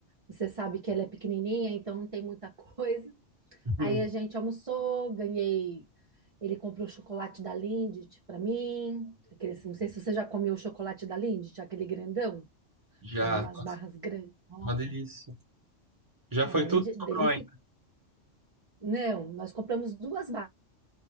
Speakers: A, on the right (about 35°); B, on the right (about 15°).
A: você sabe que ela é pequenininha, então não tem muita <laughs> coisa.
B: <laughs>
A: Aí
B: Uhum.
A: a gente almoçou, ganhei. Ele comprou chocolate da Lindt para mim. aquele- Não sei se você já comeu o chocolate da Lindt, aquele grandão.
B: Já,
A: Tem umas
B: nossa,
A: barras grandes. Nossa,
B: uma delícia. Já
A: não,
B: foi
A: além
B: tudo,
A: de delícia.
B: sobrou ainda.
A: Não, nós compramos duas barras